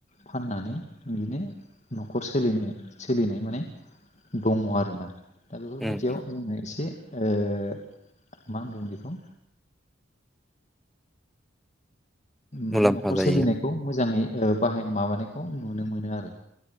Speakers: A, on the left; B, in the centre.
A: फाननानै बिदिनो न'खर सोलिनो सोलिनाय माने दङ आरोना। दा बेफोरबायदियाव
B: उम उम
A: जोङो एसे ओ मा होनगोन बेखौ माने
B: मुलाम्फा
A: न'खर
B: जायो
A: सोलिनायखौ मोजाङै ओ बाहाय माबानायखौ नुनो मोनो आरो।